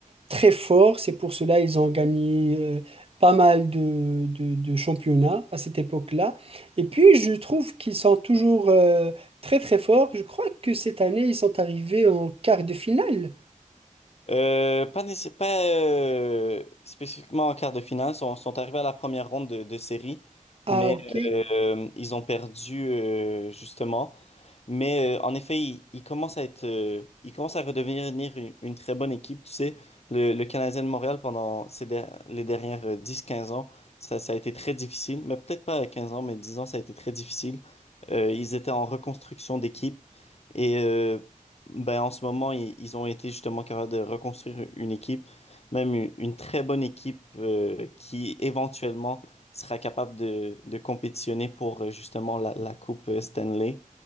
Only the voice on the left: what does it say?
Euh, pas nécess- pas euh, spécifiquement en quart de finale, sont, sont arrivés à la première ronde de, de série,
mais
euh, ils ont perdu euh, justement. Mais euh, en effet, il, il commence à être, euh, il commence à redevenir une, une très bonne équipe. Tu sais, le, le Canadien de Montréal pendant ces der- les dernières euh, 10-15 ans, ça, ça a été très difficile. Mais peut-être pas à 15 ans, mais 10 ans, ça a été très difficile. Euh, ils étaient en reconstruction d'équipe. Et euh, ben, en ce moment, ils, ils ont été justement capables de reconstruire une équipe, même une, une très bonne équipe euh, qui éventuellement sera capable de, de compétitionner pour euh, justement la, la Coupe euh, Stanley.